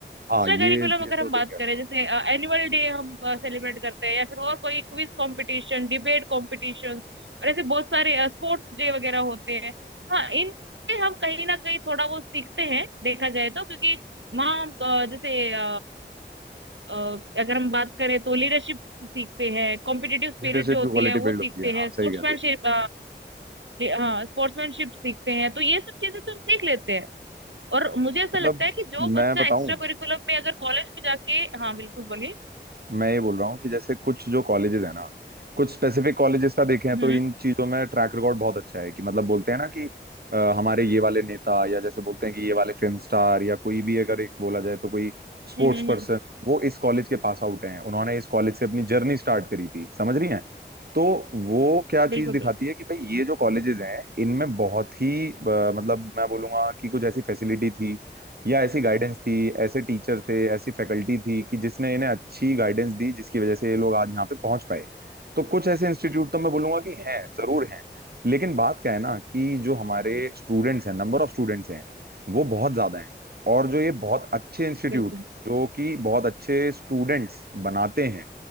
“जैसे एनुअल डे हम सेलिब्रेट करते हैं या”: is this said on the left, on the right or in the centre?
Right